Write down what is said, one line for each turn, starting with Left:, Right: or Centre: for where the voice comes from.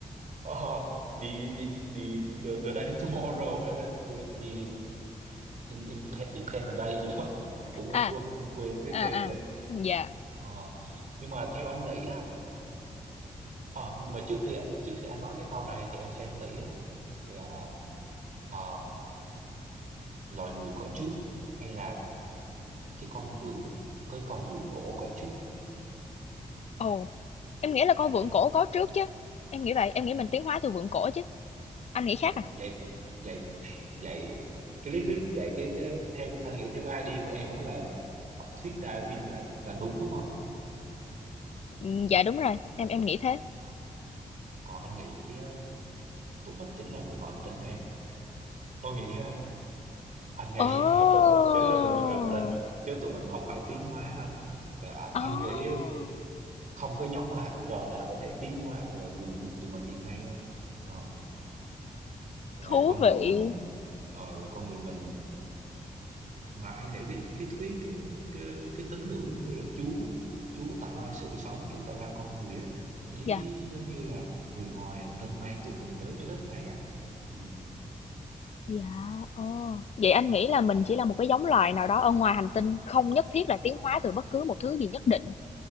Right: Ờ, đi đi đi the, the day tomorrow hay là the, the in, in, depend the day gì đó cũng không
Left: À,
Right: quên không quên cái
Left: à,
Right: tên rồi
Left: à, yeah.
Right: ờ, nhưng mà theo anh nghĩ á ờ, nhưng mà trước khi trước khi anh nói cái câu này thì em xem em nghĩ á, là ờ, loài người có trước hay là cái con vượn cái con vượn cổ có trước
Left: Ồ, oh. em nghĩ là con
Right: theo
Left: Vượn
Right: em
Left: Cổ
Right: á
Left: có trước chứ. Em nghĩ vậy, em nghĩ mình tiến hóa từ Vượn Cổ chứ. Anh nghĩ khác
Right: dạy
Left: à?
Right: dạy dạy dạy cái lý thuyết dạy cái theo anh nghĩ theo cái ID của em á là học thuyết Darwin là là đúng đúng không
Left: Ừm, dạ đúng rồi, em em nghĩ thế.
Right: Ờ. còn anh nghĩ á, tụi mình chính là người ngoài hành tinh em có nghĩa á, anh nghĩ
Left: Ồ! oh.
Right: <laughs> là tụi mình chính là người ngoài hành tinh chứ tụi mình không phải tiến hóa đâu là à, anh
Left: Ồ! oh.
Right: nghĩ á, không có giống là loài nào có thể tiến hóa bằng là người như tụi mình hiện nay đâu ờ, là
Left: Thú
Right: con
Left: vị.
Right: người mình ờ, là con người mình mà anh nghĩ cái cái thuyết cái cái, cái tín ngưỡng giống như là Chúa Chúa tạo ra sự sống Chúa tạo ra con người á ý
Left: Dạ,
Right: giống như là người ngoài hành tinh mang tụi mình tới trái đất này á ừ,
Left: dạ, ồ. Vậy anh nghĩ là mình chỉ là một cái giống loài nào đó ở ngoài hành tinh, không nhất thiết là tiến hóa từ bất cứ một thứ gì nhất định.